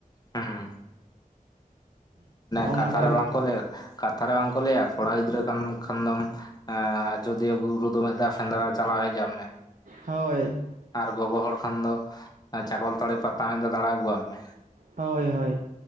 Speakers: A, on the left; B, on the right.
A: ᱦᱩᱸ᱾ ᱠᱟᱛᱷᱟ
B: ᱚᱱᱟ ᱠᱚᱨᱮ
A: ᱨᱮ
B: ᱜᱮ
A: ᱵᱟᱝᱠᱚ ᱞᱟᱹᱭᱟ ᱠᱟᱛᱷᱟ ᱨᱮ ᱵᱟᱝ ᱠᱚ ᱞᱟᱹᱭᱟ ᱠᱚᱲᱟ ᱜᱤᱫᱽᱨᱟᱹ ᱠᱟᱱ ᱠᱷᱟᱱ ᱫᱚᱢ ᱟ ᱟᱡᱚᱫᱷᱤᱭᱟᱹ ᱵᱩᱨᱩ ᱫᱚ <unintelligible> ᱥᱮᱸᱫᱽᱨᱟ ᱪᱟᱞᱟᱣ ᱦᱮᱡ ᱟᱜ ᱢᱮ᱾
B: ᱦᱳᱭ᱾
A: ᱟᱨ ᱜᱚᱜᱚ ᱦᱚᱲ ᱠᱷᱟᱱ ᱫᱚ ᱪᱟᱠᱚᱞ ᱛᱟᱹᱲᱤ ᱯᱟᱛᱟ ᱤᱧ ᱫᱚ ᱫᱟᱬᱟ ᱟᱹᱜᱩᱣᱟᱜ ᱢᱮ᱾
B: ᱦᱳᱭ ᱦᱳᱭ